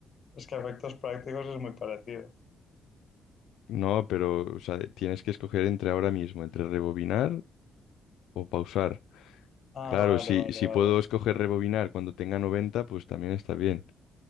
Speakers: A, on the left; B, on the left.
A: Es que a efectos prácticos es muy parecido.
B: No, pero o sea, tienes que escoger entre ahora mismo, entre rebobinar o pausar.
A: Ah,
B: Claro,
A: vale,
B: si,
A: vale,
B: si
A: vale.
B: puedo escoger rebobinar cuando tenga 90, pues también está bien.